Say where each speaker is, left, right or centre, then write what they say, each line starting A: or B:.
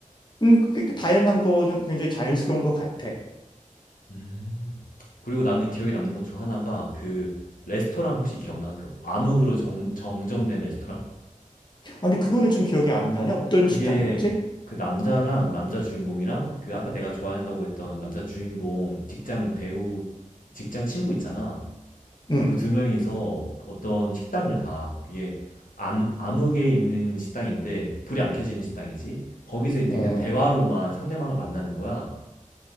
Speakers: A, on the left (about 35°); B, on the left (about 90°).
A: 음, 그, 그 다양한 거는 굉장히 자연스러운 것 같아. 아,
B: 음. 그리고 나는 기억에 남는 것 중 하나가 그 레스토랑 혹시 기억나? 그 암흑으로 정, 정정된 레스토랑?
A: 근데 그거는 좀 기억이 안 나네. 어떤
B: 그게
A: 식당이었지?
B: 그 남자랑 남자 주인공이랑 그 아까 내가 좋아한다고 했던 남자 주인공 직장 배우 직장 친구 있잖아.
A: 음.
B: 그 두 명이서 어떤 식당을 가. 그게 암, 암흑에 있는 식당인데 불이 안 켜지는 식당이지. 거기서 이제
A: 어.
B: 그냥 대화로만 상대방을 만나는 거야.